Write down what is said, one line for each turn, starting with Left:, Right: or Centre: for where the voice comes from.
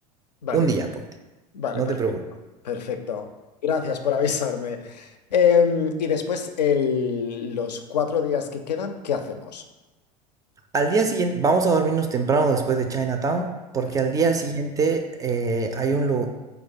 Left: Vale,
Right: un día, ponte,
Left: vale,
Right: no
Left: perfecto.
Right: te preocupes.
Left: Perfecto. Gracias por avisarme. Em, y después, el- los cuatro días que quedan, ¿qué hacemos?
Right: Al día siguiente, vamos a dormirnos temprano después de Chinatown, porque
Left: Per-
Right: al día siguiente eh, hay un lugar.